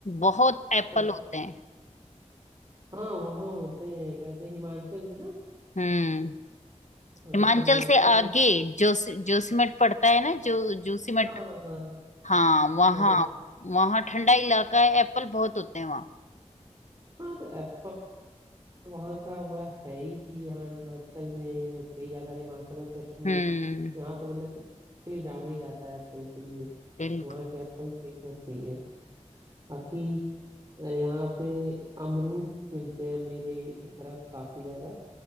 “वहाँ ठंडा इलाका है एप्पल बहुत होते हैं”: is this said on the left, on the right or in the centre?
Left